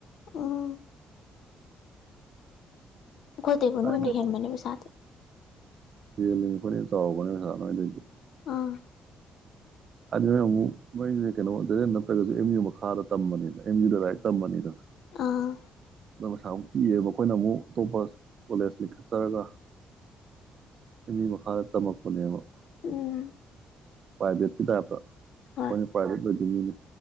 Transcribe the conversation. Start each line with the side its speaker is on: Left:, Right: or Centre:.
Left: ꯎꯝ ꯀꯣꯗꯦꯕꯨ
Right: ꯍꯥꯏꯗꯤ
Left: ꯅꯣꯏꯅ ꯍꯦꯟꯕꯅꯦꯕꯩꯁꯥꯗꯦ
Right: ꯌꯦꯦꯜꯂꯤꯕ ꯑꯩꯈꯣꯏꯅ ꯆꯥꯎꯕꯅꯦꯁꯥ ꯅꯣꯏꯗꯗꯤ
Left: ꯑꯥ
Right: ꯑꯗꯨ ꯅꯣꯏ ꯑꯃꯨꯛ ꯃꯣꯏꯁ ꯀꯩꯅꯣ ꯖꯦꯟ ꯅꯠꯇ꯭ꯔꯒꯁꯨ ꯑꯦꯝ ꯌꯨ ꯃꯈꯥꯗ ꯇꯝꯕꯅꯤꯅ ꯑꯦꯝ ꯌꯨꯗ ꯂꯥꯏꯔꯤꯛ ꯇꯝꯕꯅꯤꯅ
Left: ꯑꯥ
Right: ꯅ ꯄꯩꯁꯥ ꯑꯃꯨꯛ ꯄꯤꯌꯦꯦꯕ ꯃꯈꯈꯣꯏꯅ ꯑꯃꯨꯛ ꯑꯇꯣꯞꯄ ꯀꯣꯂꯦꯖ ꯂꯤꯡꯈꯠꯆꯔꯒ ꯃꯤ ꯃꯈꯥꯗ ꯇꯝꯃꯛꯄꯅꯦꯕ
Left: ꯎꯝ
Right: ꯄ꯭ꯔꯥꯏꯚꯦꯠꯀꯤ ꯇꯥꯏꯞꯇ ꯑꯩꯈꯣꯏꯅ
Left: ꯍꯣꯏ
Right: ꯄ꯭ꯔꯥꯏꯚꯦꯠ ꯑꯣꯏꯗꯣꯏ ꯃꯤꯅꯤ